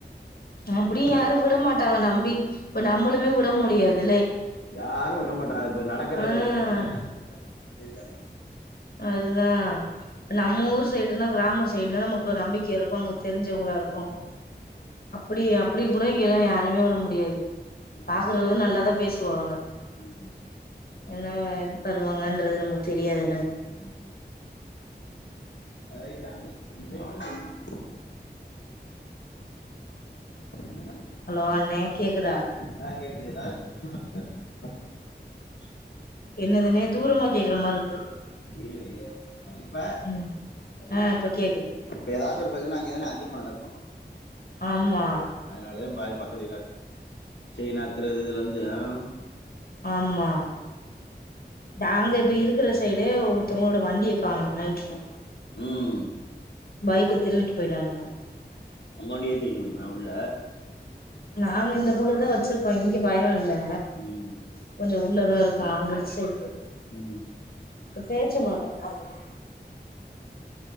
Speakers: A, on the left; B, on the left.
A: அப்டியும்
B: நம்ம ஒரு மாரி
A: யாரும் விட மாட்டாங்க நம்பி இப்ப நம்மளுமே வுட முடியாது
B: யாரும் விடமாட்டாங்க இப்ப நடக்குறது
A: ம்
B: <inaudible> செரி தானே
A: அதுதா நம்ம ஊர் சைடுனா கிராம சைடுனா நமக்கு நம்பிக்கை இருக்கும் நமக்கு தெரிஞ்சவங்களா இருக்கும் அப்டி அப்டி கூட இங்கல்லாம் யாரு மே வுட முடியாது
B: ம்
A: பாக்குறது நல்லாதா பேசுவாங்க
B: ம்
A: என்ன பனுவாங்கன்றது நம்மளுக் தெரியாதுல்ல
B: ம் அதயும் தாண்டி <inaudible> ஆ,
A: ஹலோ அண்ணே கேக்குதா
B: ஏதா <inaudible>
A: என்னதுனே தூரமா கேக்குற மாரி இருக்கு
B: <inaudible> இப்ப
A: ம் ஆ இப்ப கேக்குது
B: இப்ப ஏதாச்சும் ஒருப் பிரச்னைனா அங்க தானே அதிகமா நடக்கும்
A: ஆமா
B: அதனாலயும் பாதி பக்கத்து வீடாருக் செய்ன அக்குறது இதுல இருந்து ஆஹ் <inaudible>
A: ஆமா நாங்க இப்ப இருக் இருக்கிற சைடு ஒருத்தவங்களோட வண்டிய காணோ நைட்ல
B: ம்
A: பைக் திருடிட்டு போயிட்டானுங்க
B: உங்க வண்டிய ஏத்தி வெக்க முடியுமா உள்ள
A: நாங்க இந்த பக்கத்து தா வச்சிருக்கோம் இங்க பயம் இல்ல
B: ம்
A: கொஞ்சோ உள்ளதா இருக்கா அங்குட்டு சைடு
B: ம்
A: பேரிச்சம்பழோ டப்பாலங்க